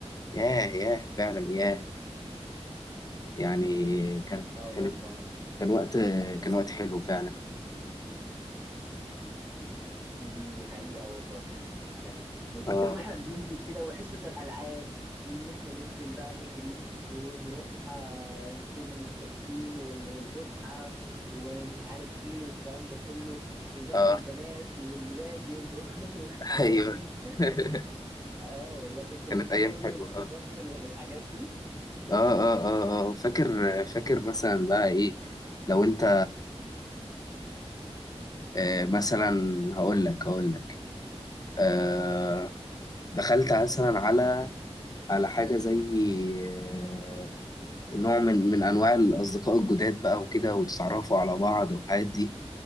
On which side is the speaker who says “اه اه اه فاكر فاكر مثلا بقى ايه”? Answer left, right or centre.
Left